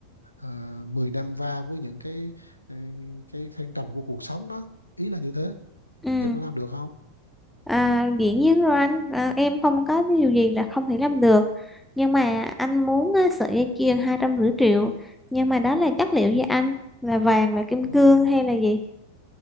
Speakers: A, on the left; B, in the centre.
A: uh, 10 năm va với những cái ờ, cái thăng trầm của cuộc sống đó ý là như thế
B: Ừ,
A: em có làm được không
B: à, dĩ nhiên rồi anh à, em không có cái điều gì là không thể làm được nhưng mà anh muốn á, sợi dây chuyền hai trăm rưỡi triệu nhưng mà đó là chất liệu gì anh là vàng là kim
A: Ừm,
B: cương hay là gì